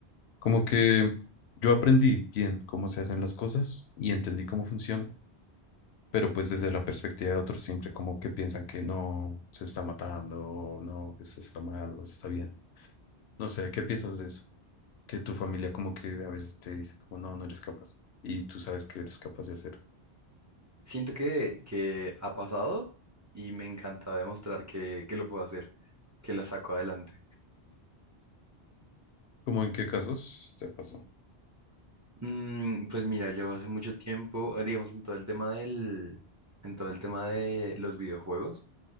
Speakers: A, on the left; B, on the right.
A: como que yo aprendí bien cómo se hacen las cosas y entendí cómo funcionan, pero pues desde la perspectiva de otros siempre como que piensan que no, se está matando, o no, eso está mal o eso está bien. No sé, ¿qué piensas de eso? Que tu familia como que a veces te dice como no, no eres capaz y tú sabes que eres capaz de hacer.
B: Siento que, que ha pasado y me encanta demostrar que, que lo puedo hacer, que la saco adelante.
A: ¿Cómo en qué casos te pasó?
B: Mm, pues mira, yo hace mucho tiempo, eh, digamos, en todo el tema del, en todo el tema de los videojuegos,